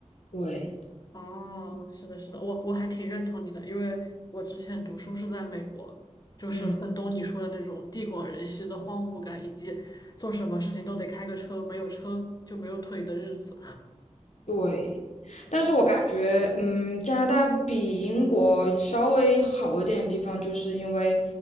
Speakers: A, on the left; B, on the left.
A: 对，
B: 哦，是的，是的，我我还挺认同你的，因为我之前读书是在美国，就是很懂你说的那种地广人稀的荒芜感，
A: 嗯，
B: 以及做什么事情都得开个车，没有车就没有腿的日子。
A: 对。
B: <laughs>
A: 但是我感觉，嗯，加拿大比英国稍微好一点的地方，就是因为，